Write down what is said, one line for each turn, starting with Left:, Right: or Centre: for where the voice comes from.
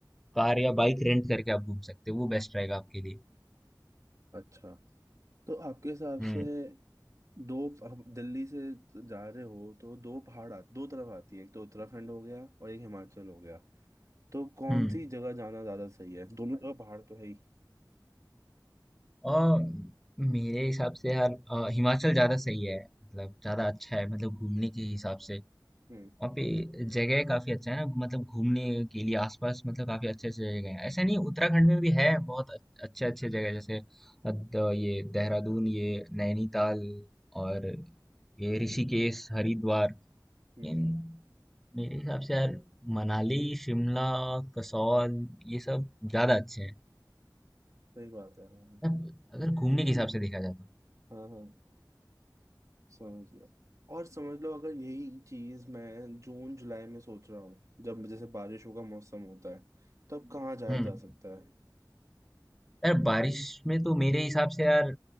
Centre: कार या बाइक रेंट करके आप घूम सकते हो वो बेस्ट रहेगा आपके लिए
Right: अच्छा तो आपके हिसाब से
Centre: हम्म
Right: दो अब दिल्ली से जा रहे हो तो दो पहाड़ आ, दो तरफ आती है एक तो उत्तराखंड हो गया और एक हिमाचल हो गया तो कौन
Centre: हम्म
Right: सी जगह जाना ज्यादा सही है दोनों जगह पहाड़ तो है ही
Centre: और मेरे हिसाब से यार अ, हिमाचल ज्यादा सही है मतलब ज्यादा अच्छा है मतलब घूमने के हिसाब से
Right: हम्म
Centre: वहाँ पे जगह काफी अच्छा है ना मतलब घूमने के लिए आसपास मतलब काफी अच्छे अच्छे जगह हैं ऐसा नहीं उत्तराखंड में भी है बहुत अच्छे अच्छे जगह जैसे अ, द- ये देहरादून ये नैनीताल और ये ऋषिकेश हरिद्वार
Right: हम्म
Centre: इन मेरे हिसाब से यार मनाली शिमला कसौल ये सब ज्यादा अच्छे हैं
Right: सही बात है हाँ
Centre: मतलब अगर घूमने के हिसाब से देखा जाए तो
Right: हाँ हाँ, समझ गया और समझ लो अगर यही चीज मैं जून जुलाई में सोच रहा हूँ जब जैसे बारिशों का मौसम होता है तब कहाँ जाया
Centre: हम्म
Right: जा सकता है
Centre: यार बारिश में तो मेरे हिसाब से यार